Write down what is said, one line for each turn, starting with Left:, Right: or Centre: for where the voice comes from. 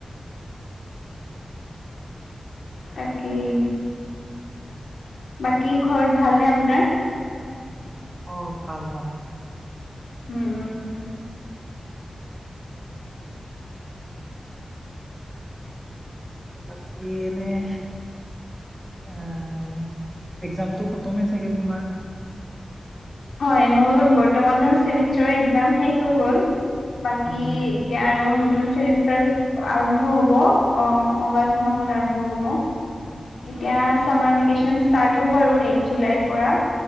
Left: তাককেই। বাকী ঘৰত ভালনে আপোনাৰ?
Right: অ' ভাল ভাল।
Left: উম উম উম।
Right: বাকী এনেই আহ একজামতটো খতমেই চাগে তোমাৰ?
Left: হয় মোৰ বৰ্তমান চেমিষ্টাৰৰ এক শষ হৈ গ'ল। বাকী
Right: উম
Left: এতিয়া আৰু নতুন চেমিষ্টাৰ আৰম্ভ হ'ব আগষ্ট মাহত আৰম্ভ হ'ব। এতিয়া চামাৰ ভেকেচন ষ্টাৰ্ট হ'ব আৰু এক জুলাইৰ পৰা।